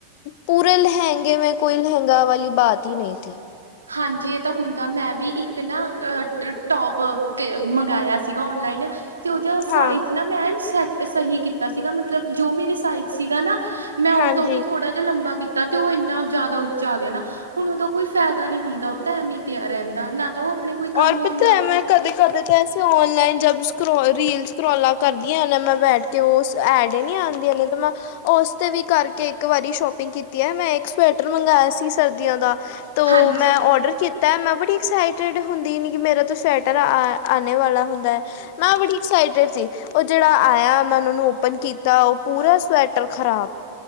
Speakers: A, on the left; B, on the right.
A: ਪੂਰੇ ਲਹਿੰਗੇੇ ਮੇਂ ਕੋਈ ਲਹਿੰਗਾ ਵਾਲੀ ਬਾਤ ਹੀ ਨਹੀਂ ਥੀ
B: ਹਾਂਜੀ ਇਹ ਤਾਂ ਹੁੰਦਾ ਮੈਂ ਵੀ ਇੱਕ ਨਾ ਅ ਟੋਪ ਕੇ ਮੰਗਵਾਇਆ ਸੀਗਾ ਔਨਲਾਈਨ ਤੇ ਉਹਦੇ ਸਾਈਜ਼
A: ਹਾਂ
B: ਨਾ ਮੈਂ ਸੈੱਟ ਸਹੀ ਕੀਤਾ ਸੀਗਾ ਮਤਲਬ ਜੋ ਮੇਰੇ ਸਾਈਜ਼ ਸੀਗਾ ਨਾ ਮੈਂ ਉਹ
A: ਹਾਂਜੀ।
B: ਤੋਂ ਵੀ ਥੋੜ੍ਹਾ ਲੰਬਾ ਕੀਤਾ ਤੇ ਉਹ ਇੰਨਾ ਜ਼ਿਆਦਾ ਉੱਚਾ ਆ ਗਿਆ ਨਾ ਹੁਣ ਉਦਾ ਕੋਈ ਫਾਇਦਾ ਪਤਾ ਨਹੀਂ ਹੁੰਦਾ ਉਹ ਤਾਂ ਐਮ ਹੀ ਪਿਆ ਰਹਿੰਦਾ ਨਾ ਤਾਂ ਉਹ। ਕੋਈ ਕੰਮ
A: ਔਰ
B: ਆਉਂਦਾ
A: ਪਤਾਂ ਐ ਮੈਂ ਕਦੇ ਕਦੇ ਤਾਂ ਐਸੇ ਔਨਲਾਈਨ ਜਬ ਸਕੋ ਰੀਲ ਸਕੋਾਲਾਂ ਕਰਦੀਆਂ ਹਨ ਮੈਂ ਬੈਠ ਤੇ ਉਹ ਐਡ ਨੀ ਆਉਂਦੀਆਂ ਨੇ ਤਾਂ ਮੈਂ ਉਸ ਤੇ ਵੀ ਕਰਕੇ ਇੱਕ ਵਾਰੀ ਸ਼ੋਪਿੰਗ ਕੀਤੀ ਹੈ ਮੈਂ ਇੱਕ ਸਵੈਟਰ ਮੰਗਵਾਆ ਸੀ ਸਰਦੀਆਂ ਦਾ। ਤੋ
B: ਹਾਂਜੀ
A: ਮੈਂ ਔਡਰ ਕੀਤਾ ਮੈਂ ਬੜੀ ਐਕਸਾਈਟਡ। ਹੁੰਦੀ ਨੀ ਕਿ ਮੇਰਾ ਤ ਸਵੈਟਰ ਆ ਆਣੇ ਵਾਲਾ ਹੁੰਦਾ ਹੈ ਮੈਂ ਬੜੀ ਐਕਸਾਈਟਿਡ ਸੀ। ਉਹ ਜਿਹੜਾ ਆਇਆ ਮੈਂਨੂੰ ਓਪਨ ਕੀਤਾ ਉਹ ਪੂਰਾ ਸਵੈਟਰ ਖ਼ਰਾਬ